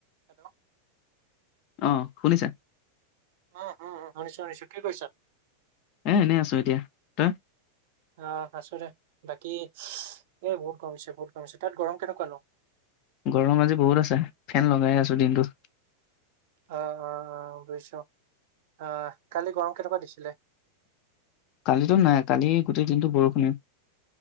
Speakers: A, on the right (about 50°); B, on the left (about 40°).
A: Hello.
B: অ', শুনিছা?
A: উম, উম, শুনিছোঁ, শুনিছোঁ, কি কৰিছা?
B: এ এনেই আছোঁ এতিয়া, তই?
A: অ', আছোঁ দে, বাকী এ বহুত গৰম দিছে বহুত গৰম দিছে, তাত গৰম কেনেকুৱা নো?
B: গৰম আজি বহুত আছে, ফেন লগাই আছোঁ দিনটো।
A: অ', অ', অ', বুজিছোঁ অহ, কালি গৰম কেইটাৰ পৰা দিছিলে?
B: কালিটো নাই কালি গোটেই দিনটো বৰষুণে।